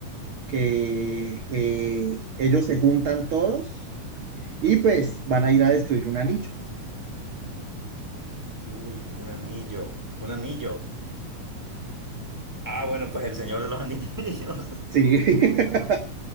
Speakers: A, on the right; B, in the centre.
A: Que eh, ellos se juntan todos y pues van a ir a destruir un anillo.
B: Uy, un anillo. Un anillo. Ah, bueno, pues el Señor de los Anillos.
A: Sí, <laughs>